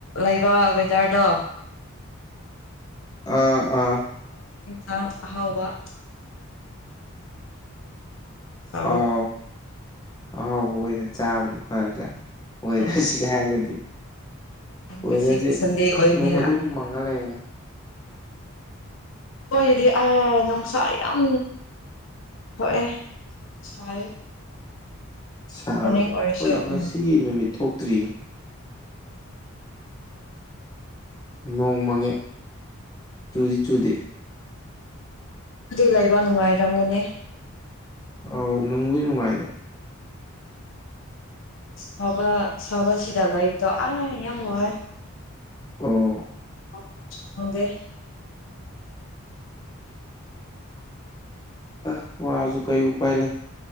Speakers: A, on the left (about 60°); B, on the left (about 20°).
A: ꯂꯩꯕ ꯋꯦꯗꯔꯗꯣ
B: ꯑꯥ ꯑꯥ
A: ꯑ ꯍꯥꯎꯕ ꯑꯣ
B: ꯑꯥꯎ ꯑꯍꯥꯎꯕ ꯑꯣꯏꯅ ꯆꯥꯕꯅ ꯐꯗ꯭ꯔꯥ ꯋꯦꯗꯔꯁꯤꯒ
A: ꯎꯝ
B: ꯍꯥꯏꯔꯗꯤ ꯋꯦꯗꯔꯁꯦ
A: ꯉꯁꯤꯗꯤ ꯁꯟꯗꯦ ꯑꯣꯏꯕꯅꯤꯅ
B: ꯅꯨꯡ ꯑꯗꯨꯝ ꯃꯥꯡꯍꯜꯂꯌꯦ
A: ꯍꯣꯏ ꯑꯗꯨꯗꯤ ꯑ ꯅꯨꯡꯁꯥ ꯌꯥꯝ ꯍꯑꯦ ꯁꯥꯏ
B: ꯁꯥꯕ꯭ꯔꯥ
A: ꯃꯣꯔꯅꯤꯡ ꯑꯣꯏꯔꯁꯨ
B: ꯍꯣꯏ ꯉꯁꯤꯒꯤ
A: ꯎꯝ
B: ꯅꯨꯃꯤꯠ ꯊꯣꯛꯇ꯭ꯔꯤ ꯅꯣꯡ ꯃꯪꯉꯦ ꯆꯨꯗꯤ ꯆꯨꯗꯤ
A: ꯑꯗꯨꯗꯤ ꯂꯩꯕ ꯅꯨꯡꯉꯥꯏꯔꯝꯒꯅꯤ
B: ꯑꯥꯎ ꯅꯨꯡꯕꯨ ꯅꯨꯡꯉꯥꯏꯅꯦꯦ
A: ꯁꯕ ꯁꯋꯥ ꯁꯤꯗ ꯂꯥꯏꯕꯗ ꯑ ꯑ ꯋꯥ
B: ꯑꯣ
A: ꯦ
B: ꯑ ꯋꯥꯁꯨ ꯀꯩ ꯎꯄꯥꯏ ꯂꯩ